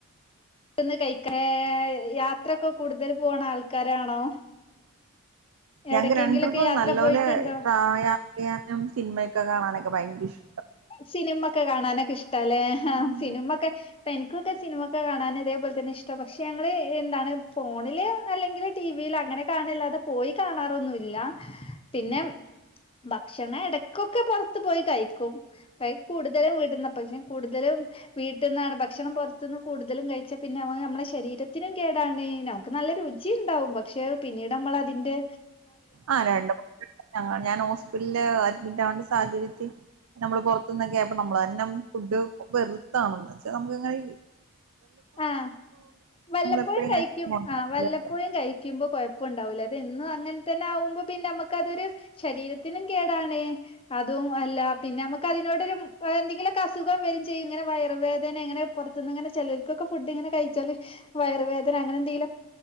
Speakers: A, on the left; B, on the right.
A: ത്ത്ന്ന് കഴിക്കാ ഏഹ് യാത്രയൊക്കെ കൂടുതല് പോണ ആൾക്കാരാണോ? എവിടക്കെങ്കിലൊക്കെ
B: ഞങ്ങക്ക് രണ്ടർക്കും
A: യാത്ര
B: നല്ല
A: പോയിട്ടുണ്ടോ?
B: പോലെ ട്രാ യാത്ര ചെയ്യാനും സിനിമയൊക്കെ കാണാനൊക്കെ ഭയങ്കര ഇഷ്
A: സിനിമ ഒക്കെ കാണാനൊക്കെ ഇഷ്ടാ അല്ലേ?
B: ഉം
A: സിനിമൊക്കെ ഇപ്പെനിക്കൊക്കെ സിനിമ കാണാൻ ഇതേപോലെ തന്നെ ഇഷ്ടാ. പക്ഷെ ഞങ്ങള് എന്താണ് ഫോണില് അല്ലെങ്കില് ടീ വീല്. അങ്ങനെ കാണല്ലാതെ പോയി കാണാറൊന്നുല്ല. പിന്നെ ഭക്ഷണ എടക്കൊക്കെ പൊറത്ത് പോയി കയിക് ക്കും. അയ് കൂടുതലും വീട്ട്ന്നാ. പക്ഷെ കൂടുതലും വീട്ടിന്നാണ്. ഭക്ഷണം പൊറത്ത്ന്ന് കൂടുതലും കഴിച്ചാ പിന്നെ അത് നമ്മളെ ശരീരത്തിനും കേടാണ്. ഞാക്ക് നല്ല രുചീണ്ടാവും പക്ഷേ പിന്നീടങ്‌ മ്മളതിന്റെ
B: ആ രണ്ട് <inaudible> ഞാന് ഹോസ്പിറ്റലില് അഡ്മിറ്റ് ആവണ്ട സ് സാഹചര്യത്തി നമ്മള് പൊറത്തൂന്നൊക്കെ ആയപ്പോ നമ്മള് തന്നം ഫുഡ്ഡ് വെറ്ത്താണന്ന്ച്ച് നമുക്ക് എങ്ങനെ
A: ആഹ്. വല്ലപ്പോഴും
B: എപ്പോഴും
A: കഴിക്കും.
B: കഴിക്കുമ്പോ ഉണ്ടാവില്ലല്ലോ.
A: ആ വല്ലപ്പോഴും കഴിക്കുമ്പോ കൊഴപ്പണ്ടാവൂല അും അങ്ങനെ തന്നെ ആവുമ്പോ പിന്നെ നമുക്ക് അതരു ശരീരത്തിനും കേടാണ് അതും അല്ല പിന്നെ നമ്ക്കതിനോടൊരു എന്തെങ്കിലൊക്കെ അസുഖം വരും ചെയ്യും ഇങ്ങനെ വയറ് വേദന അങ്ങനെ പൊറത്തൂന്ന് ഇങ്ങനെ ചേലോർക്കൊക്കെ ഫുഡ്ഡിങ്ങനെ കഴിച്ചാല് വയറ് വേദന അങ്ങനെന്തങ്കിലൊ